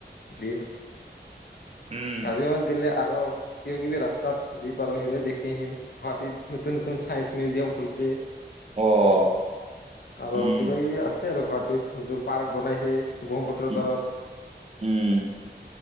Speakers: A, on the left; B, on the right.
A: দিম
B: উম
A: কাজিৰঙা গিলে আৰু কিবা কিবি ৰাস্তাত যি পাৰোঁ সেই দেখি আহিম গুৱাহাটীত নতুন নতুন চাইন্ঞ্চ মিউজিয়াম খুলছে।
B: অ
A: আৰু
B: উম
A: কিবা কিবি আছে আৰু গুৱাহাটীত নতুন পাৰ্ক বনাইছে ব্ৰহ্মপুত্ৰৰ
B: উ
A: পাৰত।
B: উম